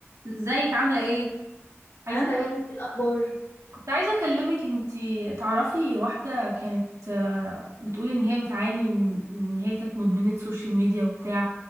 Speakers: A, on the right; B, on the left.
A: ازيك عاملة ايه؟ عايزين
B: انا تمام انت إيه الاخبار
A: كنت عايزة أكلمك انتي تعرفي واحدة كانت آه، بتقول ان هي بتعاني من من ان هي كانت مدمنة سوشيال ميديا وبتاع